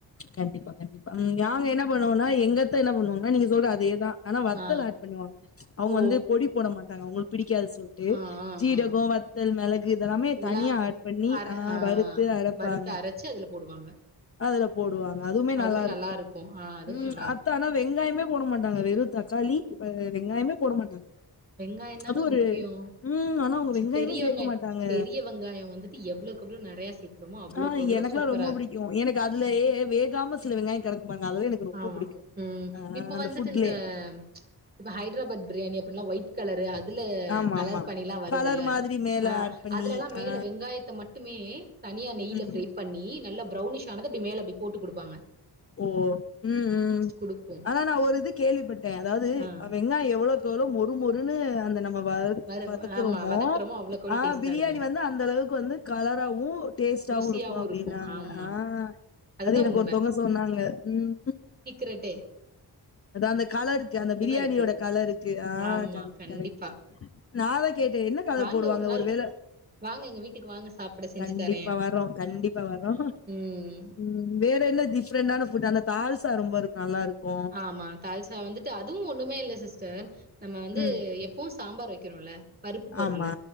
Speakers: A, on the left; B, on the right.
A: கண்டிப்பா கண்டிப்பா நாங்க என்ன பண்ணுவம்னா எங்கத்த என்ன பண்ணுவாங்கன்னா நீங்க சொல்ற அதேதா ஆனா வத்தல்
B: ஆ.
A: ஆட் பண்ணுவாங்க அவங்க
B: ஓ!
A: வந்து பொடி போட மாட்டாங்க அவங்களுக்கு பிடிக்காது சொல்லிட்டு
B: ஆ, ஆ,
A: ஜீரகம்
B: ஆ.
A: வத்தல் மிளகு இதல்லாமே
B: இதெல்லாம்
A: தனியா ஆட் பண்ணி
B: அர
A: அ
B: ஆ
A: வறுத்து அரப்பாங்க
B: வறுத்து அரைச்சு அதுல போடுவாங்க.
A: அதுல போடுவாங்க அதுமே நல்லா
B: அதுவும்
A: இருக்கும்
B: நல்லாருக்கும். ஆ அதுவும்
A: ம்
B: நல்லாருக்கும்.
A: அத்த ஆனா வெங்காயமே போட மாட்டாங்க வெறு தக்காளி <unintelligible> வெங்காயமே போட மாட்டாங்க
B: வெங்காயம் தாங்க
A: அது ஒரு
B: முக்கியம்
A: ம் ஆனா அவங்க
B: சி
A: வெங்காயமே
B: பெரிய
A: சேக்க
B: வெங்காய
A: மாட்டாங்க
B: பெரிய வெங்காயம் வந்துட்டு எவ்வளவுக்கு எவ்ளோ நெறையா சேக்கறமோ அவ்வளவுக்கு
A: ஆ
B: அவ்ளோ
A: எனக்குல்லாம்
B: சூப்பர
A: ரொம்ப
B: இருக்கும்
A: எனக்கு அதுலயே வேகாம சில வெங்காய கெடைக்கு பாருங்க அதுவே எனக்கு ரொம்ப
B: ஆமா
A: பிடிக்கும்
B: ம்
A: ஆ
B: இப்ப
A: அந்த
B: வந்துட்டு
A: ஃபுட்லே
B: இந்த ப்ச் இப்ப ஹைதராபாத் பிரியாணி அப்டின்ல்லா ஒயிட் புட் கலர் அதுல
A: ஆமா
B: கலர்
A: ஆமா
B: பண்ணிலா வருதுல்ல
A: கலர் மாதிரி மேல
B: அ
A: ஆட் பண்ணி
B: அதுலல்லா மேல
A: ஆ
B: வெங்காயத்த மட்டு மட்டுமே தனியா நெய்ல
A: ம்
B: ஃப்ரை பண்ணி நல்லா பரௌனிஷ ஆனது அப்டி மேல அப்டி போட்டு கொடுப்பாங்க
A: ஓ ம் ம்
B: குடுக்கு
A: ஆனா நா ஒரு இது கேள்விப்பட்ட அதாவது
B: ஆ
A: அவ எல்லா எவ்வளவுக்கு எவ்ளோ மொரு மொருன்னு அந்த நம்ம வத
B: வரு
A: வதக்குறோமோ
B: ஆமா வதக்குறோமோ அவ்வளோக்கு அவ்வளோ
A: அ
B: டேஸ்ட்டா
A: பிரியாணி
B: இருக்கு
A: வந்து அந்த அளவுக்கு வந்து கலராவு டேஸ்டாவவும்
B: ருசியாவு
A: இருக்கும் அப்டின்னாங்க
B: இருக்கு ஆமா
A: அ
B: அதுதா உண்ம
A: சொன்னாங்க ம்
B: விட்டு
A: அதா அந்த கலருக்கு அந்த பிரியாணியோட
B: இருக்கு
A: கலர்க்கு அ
B: ஆமா
A: கரெக்ட்
B: கண்டிப்பா
A: கரெக்ட் நா அதா கேட்ட என்ன கலர்
B: வாங்க
A: போடுவாங்க
B: நாள்
A: ஒரு வேள
B: வாங்க எங்க வீட்டுக்கு வாங்க சாப்பிட செஞ்சு
A: கண்டிப்பா
B: தரே
A: வரோ கண்டிப்பா வரோ
B: ம்
A: ம் வேற என்ன டிஃப்ரெண்டான ஃபுட் அந்த தால்சா ரொம்ப இருக் நல்லா இருக்கு
B: ஆமா தால்சா வந்துட்டு அதுவு ஒன்னுமே இல்ல சிஸ்டர் நம்ம வந்து
A: ம்.
B: எப்பவு சாம்பார் வெக்கிறோல பருப்பு பொருளுல்ல
A: ஆமா,